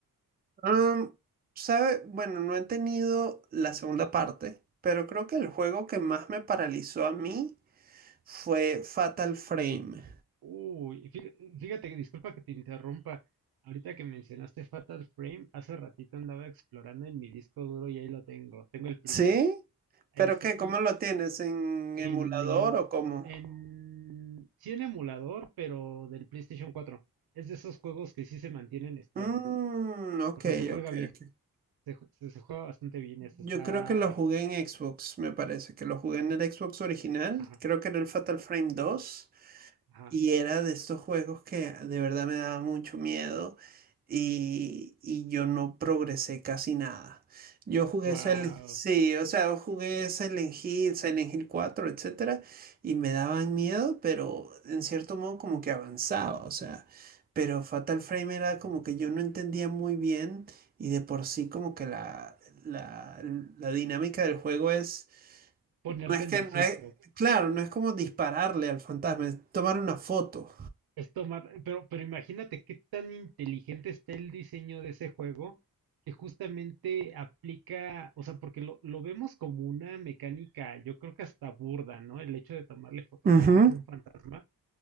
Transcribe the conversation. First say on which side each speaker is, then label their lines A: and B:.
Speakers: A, on the right; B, on the right.
A: Am, ¿sabe? Bueno, no he tenido la segunda parte, pero creo que el juego que más me paralizó a mí fue Fatal Frame.
B: Uy, fí- fíjate, disculpa que te interrumpa. Ahorita que mencionaste Fatal Frame, hace ratito andaba explorando en mi disco duro y ahí lo tengo, tengo el primero.
A: ¿Sí?
B: Ese,
A: ¿Pero qué?
B: y
A: ¿Cómo lo tienes? ¿En
B: en,
A: emulador
B: emul-
A: o cómo?
B: en, sí en emulador, pero del PlayStation cuatro Es de esos juegos que sí se mantienen estables.
A: Mm, ok,
B: O sea, se juega
A: ok,
B: bien.
A: ok.
B: Se, ju- se- se juega bastante bien. Eso está,
A: Yo creo que lo
B: este,
A: jugué en
B: es-
A: Xbox, me parece, que lo jugué en el Xbox original,
B: ajá,
A: creo que era el Fatal Frame 2.
B: ajá.
A: Y era de estos juegos que de verdad me daba mucho miedo y, y yo no progresé casi nada. Yo jugué
B: Wow.
A: Silent, sí, o sea, yo jugué Silent Hill, Silent Hill cuatro etcétera, y me daban miedo, pero en cierto modo como que avanzaba, o sea, pero Fatal Frame era como que yo no entendía muy bien y de por sí como que la, la, la dinámica del juego es,
B: Ponerte
A: no es
B: en
A: que,
B: el
A: no
B: susto.
A: es, claro, no es como dispararle al fantasma, es tomar una foto.
B: Es tomar, pero, pero imagínate qué tan inteligente está el diseño de ese juego que justamente aplica, o sea, porque lo, lo vemos como una mecánica, yo creo que hasta burda, ¿no? El hecho de tomarle fotografías
A: Ujú,
B: a un fantasma,